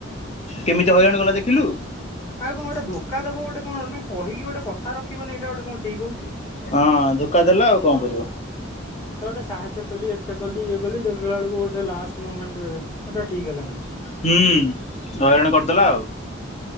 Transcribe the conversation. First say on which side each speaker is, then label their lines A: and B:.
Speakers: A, on the left (about 35°); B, on the left (about 15°).
A: କେମିତି ହଇରାଣ ଗଲା ଦେଖିଲୁ?
B: ଆଉ କଣ ଗୋଟେ ଧୋକା ଦବୁ ଗୋଟେ କଣ କହିଲି ପା କଥା ରଖିବନି ଏଇଟା ଗୋଟେ କଣ ଠିକ ହଉଛି।
A: ହଁ ଧୋକା ଦେଲା ଆଉ କଣ କରିବ
B: ତତେ ଗୋଟେ ସାହାଯ୍ୟ କଲି ଏତେ କଲି ଇଏ କଲି ଦେଖିଲା ବେଳକୁ ଗୋଟେ ଲାଷ୍ଟ ମୁମେଣ୍ଟ ରେ ଏଇଟା ଠିକି ହେଲାନି।
A: ହୁଁ ହଇରାଣ କରିଦେଲା ଆଉ।